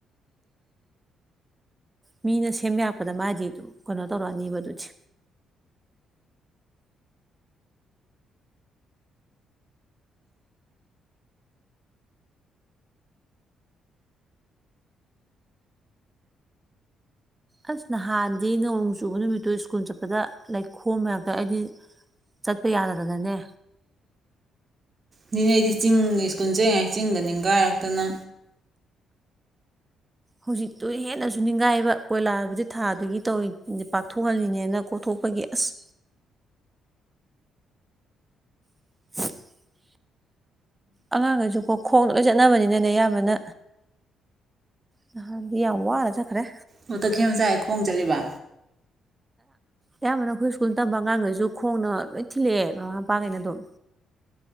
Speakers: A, on the right; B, on the right.
A: ꯃꯤꯅ ꯁꯦꯝ ꯌꯥꯔꯛꯄꯗ ꯃꯥꯗꯤ ꯑꯗꯨꯝ ꯀꯩꯅꯣ ꯇꯧꯔꯛꯑꯅꯦꯕ ꯑꯗꯨꯗꯤ ꯑꯁ ꯅꯍꯥꯟꯗꯤ ꯅꯣꯡ ꯆꯨꯕ ꯅꯨꯃꯤꯠꯇꯣ ꯁ꯭ꯀꯨꯜ ꯆꯠꯄꯗ ꯂꯩꯈꯣꯝ ꯃꯔꯛꯇ ꯑꯩꯗꯤ ꯆꯠꯄ ꯌꯥꯗꯗꯅꯅꯦ
B: ꯅꯅꯦ ꯑꯩꯗꯤ ꯆꯤꯡ ꯁ꯭ꯀꯨꯜ ꯆꯩꯉꯩ ꯆꯤꯡꯒ ꯅꯤꯪꯒꯥꯏꯔꯛꯇꯅ
A: ꯍꯧꯖꯤꯛꯇꯨ ꯍꯦꯟꯅꯁꯨ ꯅꯤꯡꯒꯥꯏꯕ ꯀꯣꯏꯂꯥꯕꯨꯗꯤ ꯊꯥꯗꯨꯒꯤ ꯇꯧꯔꯤ ꯄꯥꯛꯊꯣꯛꯍꯜꯂꯤꯅꯦꯅ ꯀꯣꯛꯊꯣꯛꯄꯒꯤ ꯑꯁ <inaudible> ꯑꯉꯥꯡꯒꯁꯨ ꯀꯣ ꯈꯣꯡ ꯂꯣꯏ ꯆꯠꯅꯕꯅꯤꯅꯅꯦ ꯑꯌꯥꯝꯕꯅ ꯅꯍꯥꯟꯗꯤ ꯌꯥꯝ ꯋꯥꯅ ꯆꯠꯈ꯭ꯔꯦ
B: ꯑꯣ ꯇꯈꯦꯜ ꯃꯆꯈꯩ ꯈꯣꯡ ꯆꯠꯂꯤꯕ
A: ꯑꯌꯥꯝꯕꯅ ꯑꯩꯈꯣꯏ ꯁ꯭ꯀꯨꯜ ꯇꯝꯕ ꯑꯉꯥꯡꯈꯩꯁꯨ ꯈꯣꯡꯅ ꯂꯣꯏ ꯊꯤꯜꯂꯛꯑꯦ ꯃꯃꯥ ꯃꯄꯥꯈꯩꯅ ꯑꯗꯨꯝ